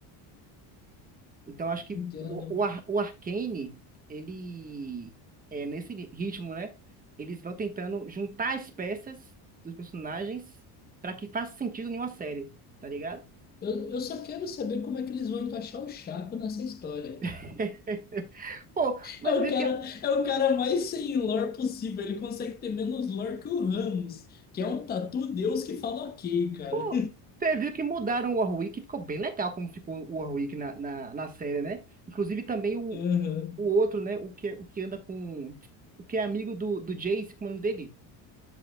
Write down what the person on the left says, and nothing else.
Entendo.
Eu, eu só quero saber como é que eles vão encaixar o Chaco nessa história, cara.
É o
cara,
é o cara mais sem lore possível. Ele consegue ter menos lore que o Ramos, que é um tatu deus que fala ok, cara.
<laughs> Aham.